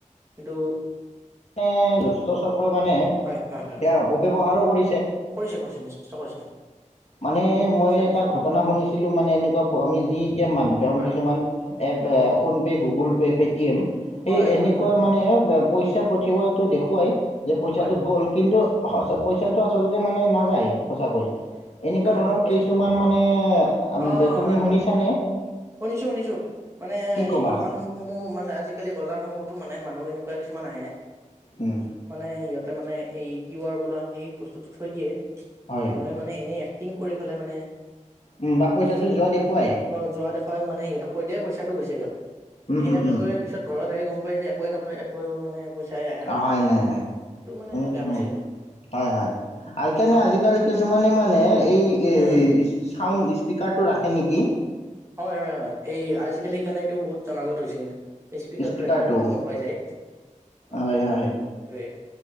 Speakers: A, on the right; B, on the left.
A: কিন্তু
B: নে, দুুষ্টচক্ৰই মানে ইয়াৰ
A: হয় হয় হয়
B: অপব্যৱহাৰো কৰিছে।
A: কৰিছে <unintelligible> কৰিছে
B: মানে
A: নিশ্চয়
B: মই এটা ঘটনা শুনিছিলো মানে এনেকুৱা আমি যি- এতি মাধ্যম
A: হয়
B: কিছুমান- এপ
A: অ
B: PhonePe Google Pay pay T এ <unintelligible>
A: হয়
B: সেই এনেকুৱা
A: হয় হয়
B: মানে পইচা পঠিওৱাটো দেখুৱাই, যে পইচাটো
A: হয়
B: গ'ল কিন্তু, সঁচ পইচাটো আচলতে মানে নাযায়। সঁচাকৈ।
A: ঠিক
B: এনেকুৱা
A: ঠিক কথা
B: ধৰণৰ
A: ঠিক কথা
B: কিছুমান মানে আম,
A: অ
B: তুমি
A: হয়
B: শুনিছানে
A: হয় হয় শুনিছো শুনিছো মানে
B: কি ক'বা
A: এই দোকানসমূহ মানে আজিকালি বজাৰসমূহ- তো মানে মানুহ এনেকুৱা কিছুমান আহে
B: উম,
A: পিছত মানে ইহঁত তাৰমানে এই কিউআৰ বোলা সেই বস্তুটো থৈ দিয়ে।
B: হয়
A: মানুহে মানে এনেই এক টিঙ কৰি পেলাই মানে
B: উম, বা পইচাটো
A: এই,
B: যোৱা দেখুৱাই
A: অ', যোৱা দেখুৱাই মানে সিহঁতক কৈ দিয়ে পইচাটো গৈছে দিয়ক।
B: উম,
A: সেনেকে
B: উম, উম।
A: কৰি পিছত ঘৰত আহি গম পাই যে একোৱে নাপায় একোৱে মানে পইচাই আহা
B: অহাই নাই হয়।
A: সেইটো মানে
B: উম
A: বেয়া কৰিছে
B: উম,
A: কিন্তু
B: হয়, হয়। এইকাৰণে
A: অ।
B: আজিকালি কিছুমানে মানে এই এ
A: উম
B: ইচ ইচ ছাউণ্ড স্পীকাৰটো ৰাখে নেকি?
A: হয়, হয়, হয়। এই আজিকালি সেইকাৰণে এইটো বহুত জনাজত হৈছে কিন্তু। স্পিকাৰটো
B: স্পীকাৰটো
A: ৰাখিলে মানে গম পাই যায়। অ',
B: হয় হয়
A: সেইটোৱে।